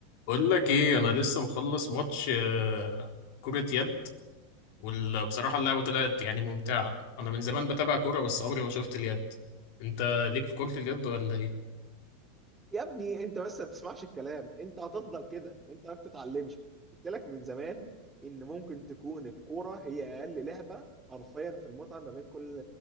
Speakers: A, on the left (about 60°); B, on the right (about 15°).
A: بقول لك ايه انا لسه مخلص ماتش آه، كرة يد وبصراحة اللعبة طلعت يعني ممتعة انا من زمان بتابع كورة بس عمري ما شفت اليد انت ليك في كرة اليد ولا ايه
B: يا ابني انت بس ما بتسمعش الكلام انت هتفضل كده انت ما بتتعلمش قلت لك من زمان ان ممكن تكون الكوره هي اقل لعبه حرفيا في المتعه ما بين كل